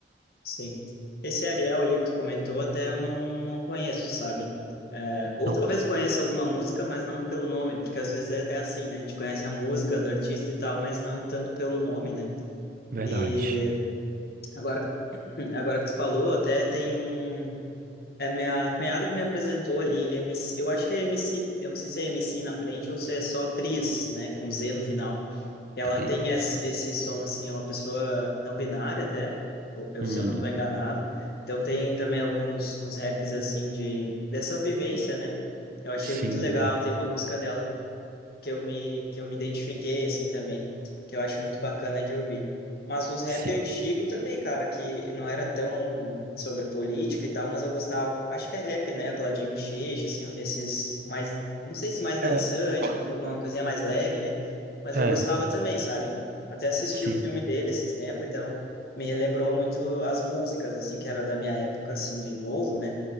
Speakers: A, on the left (about 60°); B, on the right (about 50°).
A: Sim. Esse Ariel ali que tu comentou, até eu não, não conheço, sabe? É, ou
B: Não,
A: talvez conheça alguma música, mas não pelo nome, porque às vezes é, é assim, né? A gente conhece a música do artista e tal, mas não tanto pelo nome, né?
B: verdade.
A: E agora, <clears throat> agora que tu falou, até tem um. É, minha cunhada que me apresentou ali, MC, eu acho que é MC, eu não sei se é MC na frente ou se é só Tris, né, com Z no final. Ela
B: Tri-
A: tem es- esse som, assim, é uma pessoa não binária até, ou- eu,
B: Hum,
A: se eu não estou enganado. Então tem também alguns uns raps, assim, de, dessa vivência, né? Eu achei
B: sim,
A: muito legal, tem uma música dela que eu me, que eu me identifiquei, assim, também, que eu acho muito bacana de ouvir. Mas os rap
B: sim.
A: antigo também, cara, que não era tão sobre política e tal, mas eu gostava, acho que é rap, né, Claudinho Buchecha, assim, esses mais, não sei se mais dançante,
B: É, claro.
A: uma, co- uma coisinha mais leve, né, mas
B: É,
A: eu gostava também, sabe? Até assisti
B: sim.
A: o filme dele esses tempos, então me relembrou muito as músicas, assim, que era da minha época, assim, de novo, né?